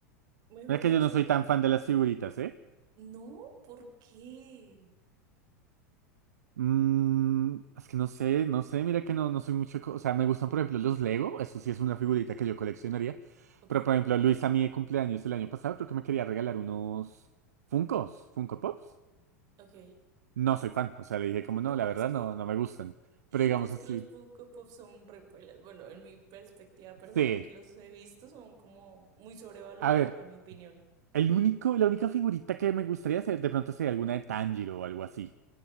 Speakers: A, on the right (about 45°); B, on the right (about 75°).
A: mejor
B: Mira que
A: dicho,
B: yo no soy tan fan de las figuritas, ¿eh?
A: no, ¿por qué?
B: Mm, es que no sé, no sé, mira que no, no soy mucho, co- o sea, me gustan por ejemplo los Lego, eso sí es una figurita que yo coleccionaría,
A: Ok.
B: pero por ejemplo Luis a mí de cumpleaños el año pasado creo que me quería regalar unos Funkos, Funko Pops,
A: Ok,
B: no soy fan, o sea, le dije como
A: no,
B: no, la
A: pero
B: verdad
A: es que,
B: no, no me gustan,
A: <laughs>
B: pero digamos
A: es
B: así,
A: que los Funko Pop son re pailas. Bueno, en mi perspectiva personal
B: sí,
A: que los he visto son como muy sobrevalorados,
B: a ver,
A: a mi opinión.
B: El único, la única figurita que me gustaría ser, de pronto sería alguna de Tanjiro o algo así.